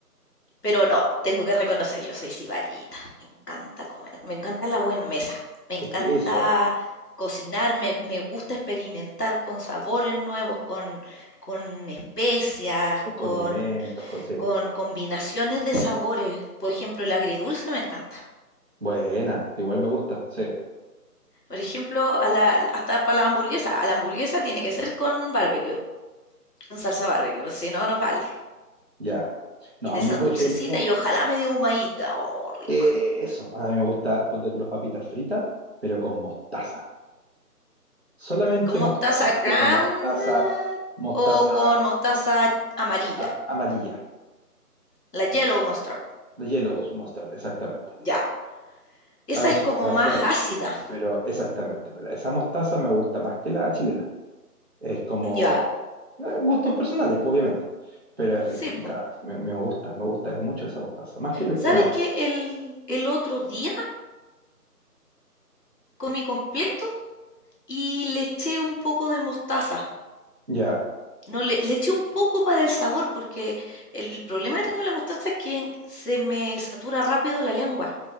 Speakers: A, on the left (about 75°); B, on the right (about 40°).
A: pero no, tengo que reconocer que yo soy sibarita, me encanta comer, me encanta la buena mesa, me encanta
B: Es que eso,
A: cocinar, me, me gusta experimentar con sabores nuevos, con, con especias,
B: con condimentos,
A: con
B: con sí.
A: con combinaciones de sabores. Por ejemplo, el agridulce me encanta.
B: Buena, igual me gusta, sí.
A: Por ejemplo, a la, hasta para la hamburguesa. A la hamburguesa tiene que ser con barbecue, con salsa barbecue, si no, no vale.
B: Ya. No,
A: Y de
B: a
A: esa
B: mí, por
A: dulcecita
B: ejemplo,
A: y ojalá medio humadita. Oh, rico.
B: eh, eso. A mí me gusta, ponte tú las papitas fritas, pero con mostaza. Solamente
A: Con
B: mostaza,
A: mostaza
B: pero
A: ground
B: mostaza,
A: eh,
B: mostaza
A: o con mostaza amarilla.
B: a- amarilla.
A: La yellow mustard.
B: La yellow mustard, exactamente.
A: Ya. Esa
B: Algo así
A: es como
B: como la
A: más
B: French,
A: ácida.
B: pero exactamente. Pero esa mostaza me gusta más que la chilena. Es como
A: Ya.
B: eh, gustos personales, pues, obviamente. Pero es
A: Sí,
B: rica,
A: po.
B: me, me gusta, me gusta, es mucho esa mostaza. Más que el extra
A: ¿Sabes
B: bueno.
A: qué? El, el otro día comí completo y le eché un poco de mostaza.
B: Ya,
A: No, le, le eché un poco para el sabor, porque el problema que tengo con la mostaza es que se me satura rápido la lengua.